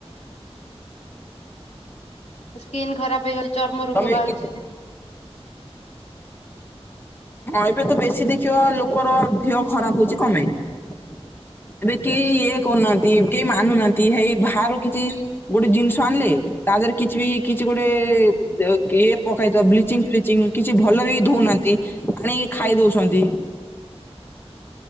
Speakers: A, on the left; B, on the left.
A: ସ୍କିନ୍ ଖରାପ ହେଇଯାଉଛି ଚର୍ମ
B: ତମେ
A: ରୋଗ ବାହାରୁଛି।
B: ବି ହଁ ଏବେ ତ ବେଶୀ ଦେଖିବ ଲୋକର ଦିହ ଖରାପ ହଉଛି କଣ ପାଇଁ। ଏବେ କେହି ଇଏ କରୁନାହାନ୍ତି କେହି ମାନୁନାହାନ୍ତି ହେଇ ବାହାରୁ କିଛି ଗୋଟେ ଜିନିଷ ଆଣିଲେ ତାଦେହରେ କିଛି ବି କିଛି ଗୋଟେ <unintelligible> କିଏ ପକାଇଥବ ବ୍ଲିଚିଂ ଫ୍ଚିଂଚିଙ୍ଗି କିଛି ଭଲ ବି ଦଉନାହାନ୍ତି ଆଣିକି ଖାଇ ଦଉଛନ୍ତି।